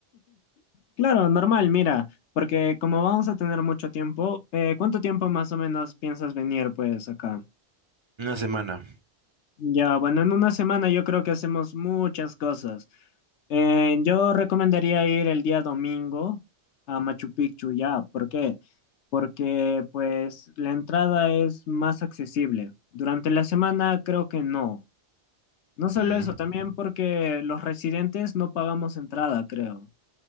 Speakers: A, on the left (about 85°); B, on the right (about 45°).
A: Claro, normal, mira, porque como vamos a tener mucho tiempo, eh, ¿cuánto tiempo más o menos piensas venir, pues, acá?
B: Una semana.
A: Ya, bueno, en una semana yo creo que hacemos muchas cosas. Eh, yo recomendaría ir el día domingo a Machu Picchu, ya, ¿por qué? Porque, pues, la entrada es más accesible. Durante la semana creo que no. No solo
B: Mm.
A: eso, también porque los residentes no pagamos entrada, creo.